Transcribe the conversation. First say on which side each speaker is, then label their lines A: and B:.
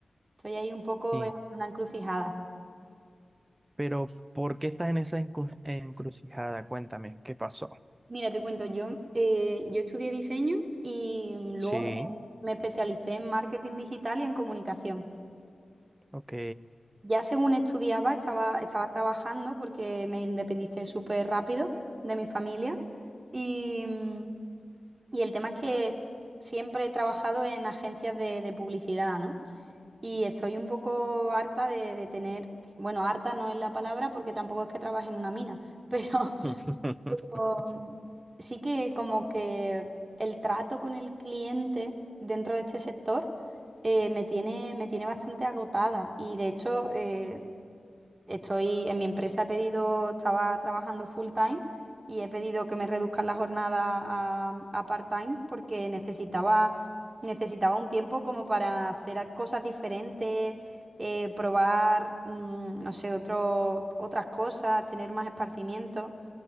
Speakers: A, on the right; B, on the right.
A: Estoy ahí un poco
B: Sí,
A: en una encrucijada.
B: pero ¿por qué estás en esa encru- encrucijada? Cuéntame, ¿qué pasó?
A: Mira, te cuento, yo, eh, yo estudié diseño y luego
B: Sí,
A: me me especialicé en marketing digital y en comunicación.
B: ok,
A: Ya según estudiaba, estaba, estaba trabajando porque me independicé súper rápido de mi familia y, mm, y el tema es que siempre he trabajado en agencias de, de publicidad, ¿no? Y estoy un poco harta de, de tener, bueno, harta no es la palabra porque tampoco es que trabaje en una mina, pero
B: <laughs>
A: <laughs> um, sí que como que el trato con el cliente dentro de este sector eh, me tiene, me tiene bastante agotada y de hecho... eh, Estoy en mi empresa, he pedido, estaba trabajando full time y he pedido que me reduzcan la jornada a, a part-time porque necesitaba, necesitaba un tiempo como para hacer a- cosas diferentes, eh, probar, mm, no sé, otro, otras cosas, tener más esparcimiento.